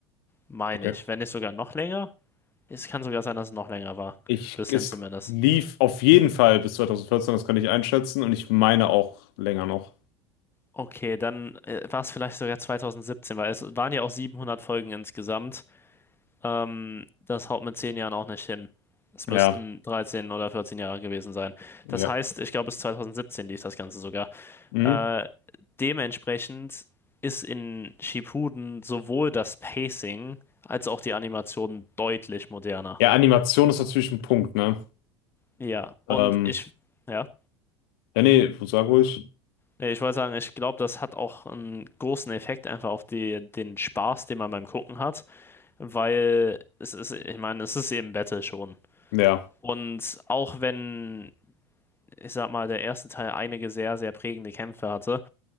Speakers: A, on the left; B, on the left.
A: meine
B: okay.
A: ich. Wenn nicht sogar noch länger. Es kann sogar sein, dass es noch länger war.
B: Ich,
A: Bisschen
B: es
A: zumindest.
B: lief auf jeden Fall bis 2014, das kann ich einschätzen. Und ich meine auch länger noch.
A: Okay, dann äh, war es vielleicht sogar 2017, weil es waren ja auch 700 Folgen insgesamt. Ähm, das haut mit zehn Jahren auch nicht hin. Es müssten
B: Ja,
A: 13 oder 14 Jahre gewesen sein.
B: ja.
A: Das heißt, ich glaube, bis 2017 lief das Ganze sogar.
B: Mhm.
A: Äh, dementsprechend ist in Shippuden sowohl das Pacing als auch die Animation deutlich moderner.
B: Ja, Animation ist natürlich ein Punkt, ne?
A: Ja, und
B: Ähm,
A: ich, ja,
B: ja, nee, sag ruhig.
A: Nee, ich wollte sagen, ich glaube, das hat auch einen großen Effekt einfach auf die, den Spaß, den man beim Gucken hat, weil es ist, ich meine, es ist eben Battle schon.
B: Ja.
A: Und auch wenn ich sag mal, der erste Teil einige sehr, sehr prägende Kämpfe hatte,